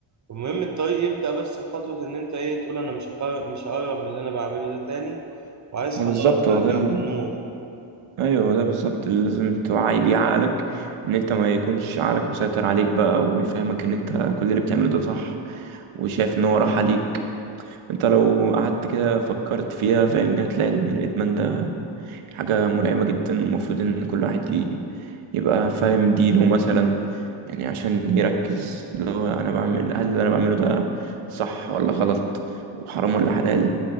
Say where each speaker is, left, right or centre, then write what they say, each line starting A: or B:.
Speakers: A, on the right (about 35°); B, on the right (about 75°).
A: المهم الطريق يبدأ بس بخطوة إن أنت إيه تقول أنا مش هقرب مش هقرب من اللي أنا بعمله ده تاني وعايز
B: ما
A: خلاص
B: بالظبط هو
A: أرجع
B: ده ال...
A: للنور
B: ايوه هو ده بالظبط اللي لازم توعي بيه عقلك ان انت ما يكونش عقلك مسيطر عليك بقى ويفهمك ان انت كل اللي بتعمله ده صح وشايف ان هو راح عليك انت لو قعدت كده فكرت فيها فاهمني هتلاقي ان الادمان ده حاجة مرعبة جدا ومفروض ان كل واحد ي... يبقى فاهم دينه مثلا يعني عشان يركز اللي هو انا بعمل هل اللي انا بعمله ده صح ولا غلط وحرام ولا حلال